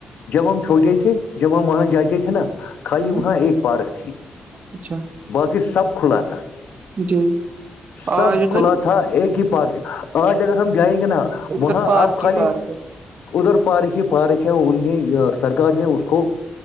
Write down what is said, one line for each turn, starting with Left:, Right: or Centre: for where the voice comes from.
Left: جب ہم چھوٹے تھے جب ہم وہاں جاتے تھے نا خالی
Right: ہ
Left: وہاں ایک پارک تھی
Right: اچھا
Left: باقی سب کھلا تھا
Right: جی آج
Left: سب
Right: ادھر
Left: کھلا تھا ایک ہی پارک آج اگر ہم جائیں گے نا
Right: ادھر
Left: وہاں
Right: پارک
Left: آپ خالی
Right: ہی پارک ہے
Left: ادھر پارک ہی پارک ہے انیں سرکار نے اس کو